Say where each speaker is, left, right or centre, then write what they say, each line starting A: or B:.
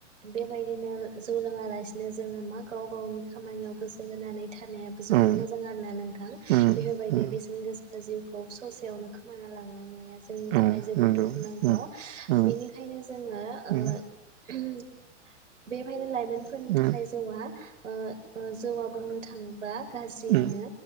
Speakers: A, on the right; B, on the right.
A: बेबायदिनो जौ लोङा लासिनो जोङो मा गाव गावनि खामानियाव गोसो होनानै थानायाबो जोबोर
B: औ
A: मोजां आरोना नोंथां।
B: उम
A: बेफोरबायदि
B: उम
A: बेसेन गोसा जिउखौ ससेयावनो खो माना लांनांनाया जोंनि
B: औ
A: थाखाय जोबोद
B: नंगौ
A: दुखुनांथाव।
B: उम उम
A: बिनिखायनो जोङो ओ
B: उम
A: ओम बेवहायनो लाइमोनफोरनि
B: उम
A: थाखाय जौआ ओ ओ जौवा बुंनो थाङोबा गाज्रियानो
B: उम